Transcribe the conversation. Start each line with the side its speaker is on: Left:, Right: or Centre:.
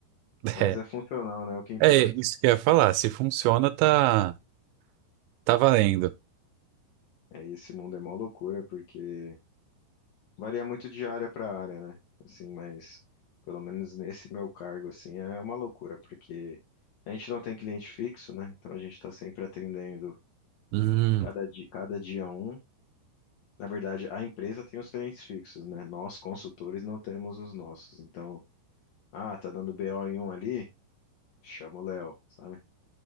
Right: <laughs>
Left: Mas é funcional,
Right: É,
Left: né? É o que importa.
Right: é isso que eu ia falar. Se funciona, tá, tá valendo.
Left: É, e esse mundo é mó loucura, porque varia muito de área para área, né? Assim, mas pelo menos nesse meu cargo, assim, é uma loucura, porque a gente não tem cliente fixo, né? Então a gente tá sempre atendendo
Right: Hum.
Left: cada dia, cada dia um. Na verdade, a empresa tem os clientes fixos, né? Nós, consultores, não temos os nossos. Então, ah, tá dando BO em um ali? Chama o Léo, sabe?